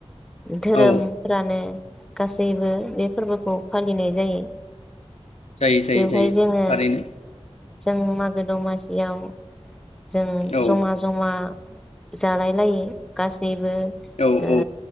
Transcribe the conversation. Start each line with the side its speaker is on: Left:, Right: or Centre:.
Centre: धोरोमफ्रानो
Left: औ
Centre: गासैबो बे फोरबोखौ फालिनाय जायो।
Left: जायो जायो
Centre: बेवहाय
Left: जायो
Centre: जोङो
Left: थारैनो
Centre: जों मागो दमासियाव जों
Left: औ
Centre: जमा जमा जालाय लायो गासै बो
Left: औ
Centre: ओ
Left: औ